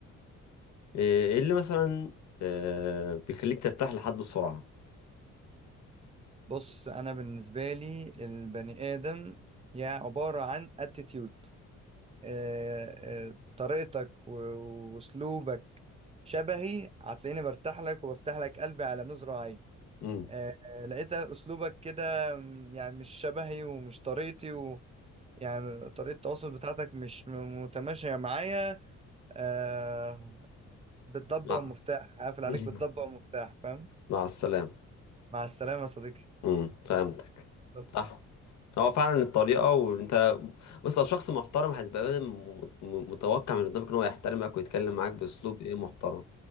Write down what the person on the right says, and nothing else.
بص انا بالنسبه لي البني ادم يعني عباره عن attitude آه، آه، طريقتك و- واسلوبك شبهي هتلاقيني برتاح لك وبفتح لك قلبي على مزرعي
آه، آه، لقيت اسلوبك كده م، يعني مش شبهي ومش طريقتي و يعني طريقة التواصل بتاعتك مش م- متماشية معايا آه بالضبة
والمفتاح هقفل
عليك بالضبة والمفتاح فاهم
مع السلامة يا صديقي
بالظبط.